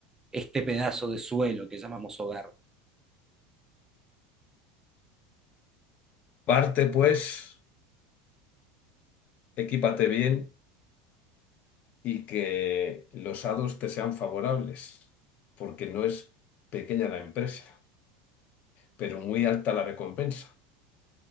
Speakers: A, on the right; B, on the left.
A: este pedazo de suelo que llamamos hogar.
B: Parte, pues, equípate bien y que los hados te sean favorables, porque no es pequeña la empresa, pero muy alta la recompensa.